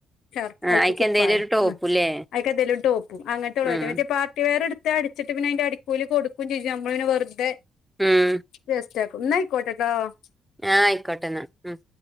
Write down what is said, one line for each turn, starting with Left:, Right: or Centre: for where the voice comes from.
Left: ഷർട്ട്
Centre: ആഹ്
Left: അയ്ക്ക്
Centre: അയിക്കെന്തേലും
Left: കുപ്പായം
Centre: ഒരു ടോപ്പുല്ലേ
Left: ഉം അയ്ക്കെന്തേലുംടോപ്പും അങ്ങനത്തെ ഉള്ളപറ്റ
Centre: ഉം
Left: മറ്റേ പാർട്ടി വേറെ എടുത്ത് അടിച്ചിട്ട് പിന്നെ അതിന്റെ അടിക്കൂലി കൊടുക്കും ചെയ്യും നമ്മള് പിന്നെ വെറുതെ
Centre: ഉം
Left: വേസ്റ്റാക്കും ന്നാ ആയിക്കോട്ടെ ട്ടോ
Centre: ആഹ് ആയിക്കോട്ടെ ന്നാ ഉം